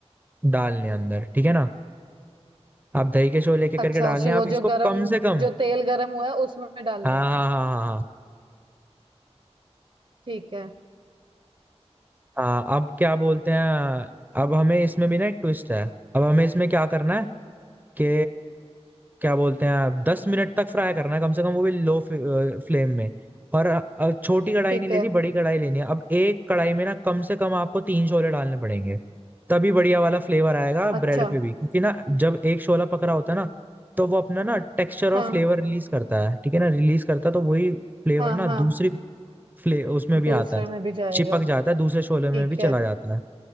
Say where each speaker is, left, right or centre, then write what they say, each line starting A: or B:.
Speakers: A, on the right; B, on the right.
A: डालने हैं अंदर ठीक है ना आप दही के शोले एक एक
B: अच्छा
A: करके डालने
B: उसी
A: हैं।
B: वो
A: आप इसको
B: जो गरम
A: कम से कम
B: जो तेल गरम हुआ है उसमें डालने
A: हाँ
B: हैं
A: हाँ हाँ हाँ
B: ठीक है
A: हाँ हाँ अब क्या बोलते हैं अब हमें इसमें भी ना एक ट्विस्ट है अब हमें इसमें क्या करना के क्या बोलते हैं आप दस मिनट तक फ्राई करना है कम से कम वो भी लो फ्लेम में और अ, छोटी कढ़ाई
B: ठीक
A: नहीं लेनी
B: है
A: बड़ी कढ़ाई लेनी है अब एक कढ़ाई में ना कम से कम आपको तीन छोले डालने पड़ेंगे तभी बढ़िया वाला फ्लेवर आएगा
B: अच्छा
A: ब्रेड पे भी क्योंकि ना जब एक शोला पक रहा होता है ना तो वो अपना ना टेक्सचर और
B: हाँ
A: फ्लेवर रिलीज करता है ठीक है ना रिलीज करता है तो वही फ्लेवर
B: हाँ
A: ना
B: हाँ
A: दूसरी फ्ले उसमें भी
B: दूसरे
A: आता है
B: में भी जाएगा
A: चिपक जाता है दूसरे शोले में
B: ठीक
A: भी चला
B: है
A: जाता है